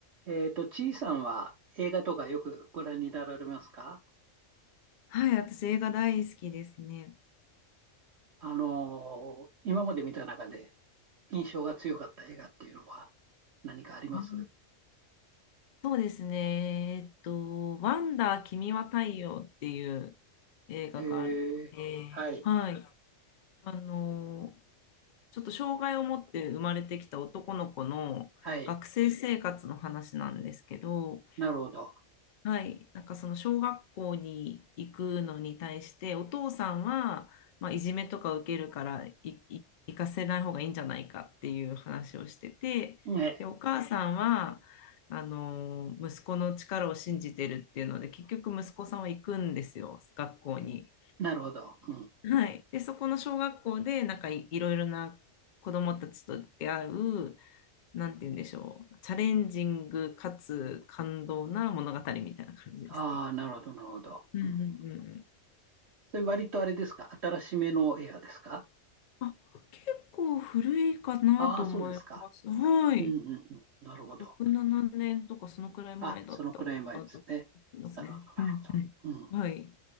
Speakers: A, on the right; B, on the left.
A: えっと、ちいさんは映画とかよくご覧になられますか
B: はい、私映画大好きですね。
A: あのー今まで見た中で印象が強かった映画っていうのは何かあります
B: あそうですね。えっと、ワンダー君は太陽っていう映画があって、
A: へえ、はい。
B: はい。あの、ちょっと障害を持って生まれてきた男の子の学生生活の話なんですけど、
A: はい、なるほど。
B: はい、なんかその小学校に行くのに対してお父さんは、まあ、いじめとか受けるからいい行かせない方がいいんじゃないかっていう話をしててでお母さんはあの息子の力を信じてるっていうので結局息子さんは行くんですよ学校に。
A: ね、なるほど。うん。
B: はい、でそこの小学校でなんかい、いろいろな子どもたちと出会うなんて言うんでしょうチャレンジングかつ感動な物語みたいな感じですね。
A: ああ、なるほど、なるほど。
B: うんうんうんうん
A: うん。それ割とあれですか新しめの映画ですか
B: あ、結構古いかなと思います。
A: ああー、そうですか。
B: はい。
A: うん、うん、うん。なるほど。
B: 6、7年とかそのくらい前だったかなと思いますね。
A: あ、そのくらい前ですね。なるほど、なるほど。
B: うんうん。
A: うん、そ
B: はい。